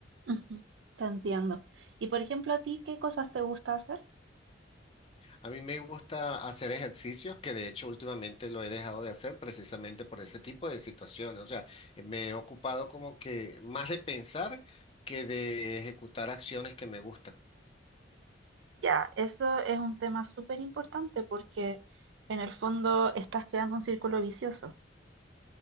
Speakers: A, on the right; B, on the left.
A: Ujú, Te entiendo. Y por ejemplo, ¿a ti qué cosas te gusta hacer?
B: A mí me gusta hacer ejercicios que de hecho últimamente lo he dejado de hacer precisamente por ese tipo de situaciones. O sea, eh, me he ocupado como que más de pensar que de ejecutar acciones que me gustan.
A: Ya, eso es un tema súper importante porque en el fondo estás creando un círculo vicioso,